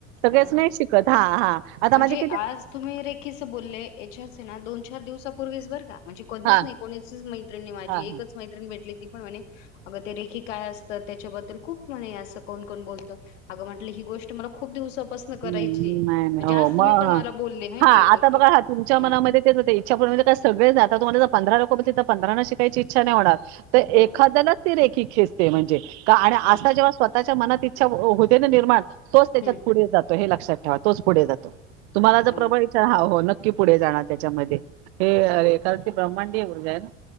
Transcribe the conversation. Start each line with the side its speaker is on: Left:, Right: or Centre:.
Right: सगळेच
Left: हो ना
Right: नाही शिकत हा हा आता
Left: म्हणजे
Right: माझी
Left: आज तुम्ही रेखीच बोलले याच्याचे ना दोन चार दिवसापूर्वीच बर का म्हणजे कधीच
Right: हां,
Left: नाही कोणीसच मैत्रिणी माझी
Right: हां,
Left: एकच
Right: हां.
Left: मैत्रिणी भेटली ती पण म्हणे अगं ते रेखी काय असते? त्याच्याबद्दल खूप म्हणे अस कोण कोण बोलतं अगं म्हटलं ही गोष्ट मला खूप दिवसापासून करायची
Right: ह नाही
Left: आहे. म्हणजे
Right: नाही हो
Left: आज तुम्ही
Right: मग
Left: पण मला बोलले माहिती
Right: हा
Left: आहे ही गोष्ट.
Right: आता बघा
Left: हं,
Right: हा तुमच्या मनामध्ये तेच होते. इच्छा पूर्ण होते म्हणजे सगळे जातात. पंधरा लोक तर पंधरांना शिकायची इच्छा नाही होणार तर
Left: बरोबर.
Right: एखाद्यालाच ती रेखी खेचते म्हणजे का आणि
Left: हां,
Right: असा जेव्हा स्वतःच्या मनात इच्छा होते ना निर्माण तोच त्याच्यात
Left: हं.
Right: पुढे जातो हे लक क्षात ठेवा तोच पुढे जातो. तुम्हाला जर
Left: हो
Right: प्रबळ
Left: ना.
Right: इच्छा हा हो न क्की पुढे जाणार त्याच्यामध्ये हे अरे एखादा ते ब्रह्मांडीय ऊर्जा आहे ना